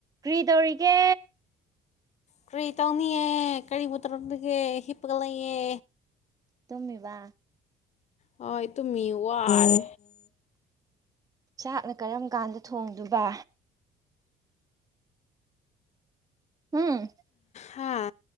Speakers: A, on the right (about 20°); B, on the left (about 40°).
A: ꯀꯔꯤꯗꯧꯔꯤꯒꯦ
B: ꯀ꯭ꯔꯤꯇꯧ ꯀꯅꯤꯑ ꯀꯔꯤꯕꯨ ꯇꯧꯔꯝꯗꯒꯦ ꯍꯤꯞꯄꯒ ꯂꯩꯌꯦ
A: ꯇꯨꯝꯃꯤꯕ
B: ꯍꯣꯢ ꯇꯨꯝꯃꯤꯌꯦ ꯋꯥꯔꯦ
A: ꯆꯥꯛꯅ ꯀꯔꯝ ꯀꯥꯟꯗ ꯊꯣꯡꯗꯨꯕ ꯎꯝ
B: ꯍꯥ